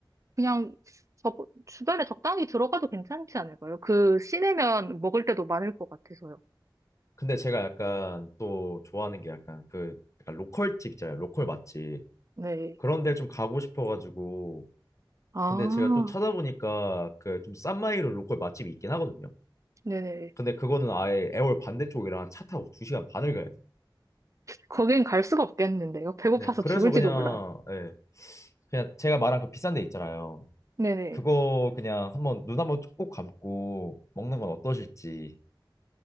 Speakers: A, on the right (about 40°); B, on the left (about 35°).
A: 그냥 저, 주변에 적당히 들어가도 괜찮지 않을까요? 그 시내면 먹을 때도 많을 것 같아서요.
B: 근데 제가 약간 또 좋아하는 게 약간 그 약간 로컬집 있잖아요. 로컬 맛집.
A: 네.
B: 그런 데 좀 가고 싶어가지고.
A: 아,
B: 근데 제가 또 찾아보니까 그 좀 싼 마이로 로컬 맛집이 있긴 하거든요.
A: 네네.
B: 근데 그거는 아예 애월 반대쪽이랑 차 타고 2시간 반을 가야 돼요.
A: 거긴 갈 수가 없겠는데요. 배고파서
B: 네, 그래서
A: 죽을지도
B: 그냥,
A: 몰라요.
B: 예, 그냥 제가 말한 그 비싼 데 있잖아요.
A: 네네.
B: 그거 그냥 한번 눈 한번 꼭 감고 먹는 건 어떠실지.